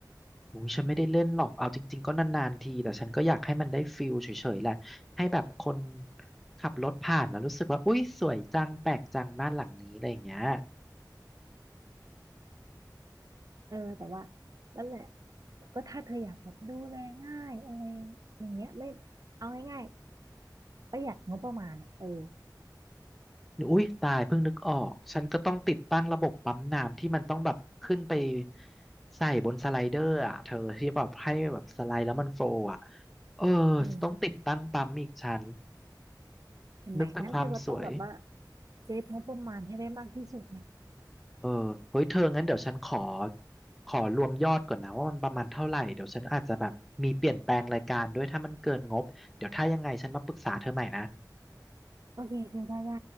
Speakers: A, in the centre; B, on the right.
A: หมูฉันไม่ได้เล่นหรอก เอาจริงๆก็นานๆที แต่ฉันก็อยากให้มันได้ฟิลเฉยๆแหละให้แบบคนขับรถผ่านแล้วรู้สึกว่า อุ๊ยสวยจัง แปลกจังบ้านหลังนี้อะไรอย่างเงี้ย
B: เออแต่ว่านั่นแหละ ก็ถ้าเธออยากแบบดูแลง่ายอะไรอย่างเงี้ยไม่เอาง่ายๆประหยัดงบประมาณอ่ะเออ
A: อุ้ยตายเพิ่งนึกออกฉันก็ต้องติดตั้งระบบปั๊มน้ำที่มันต้องแบบขึ้นไปใส่บนสไลเดอร์อ่ะเธอที่แบบให้แบบสไลด์แล้วมันโฟลว์อ่ะเออ
B: เออ
A: ต้องติดตั้งปั๊มอีกชั้น
B: เห็นไหมงั้นเธอก็ต้องแบบว่า
A: นึกแต่ความสวย
B: เซฟงบประมาณให้ได้มากที่สุดนะ
A: เออเฮ้ยเธองั้นเดี๋ยวฉันขอขอรวมยอดก่อนนะว่ามันประมาณเท่าไหร่เดี๋ยวฉันอาจจะแบบมีเปลี่ยนแปลงรายการด้วยถ้ามันเกินงบเดี๋ยวถ้ายังไงฉันมาปรึกษาเธอใหม่นะ
B: โอเคเธอได้ได้